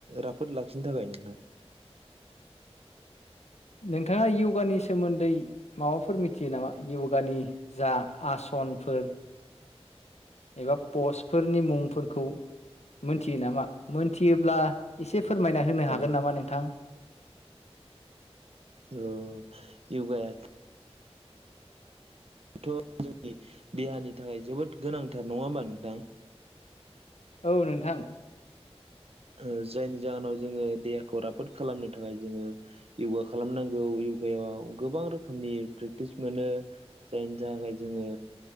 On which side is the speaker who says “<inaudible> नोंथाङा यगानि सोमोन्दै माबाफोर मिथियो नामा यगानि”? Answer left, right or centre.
Left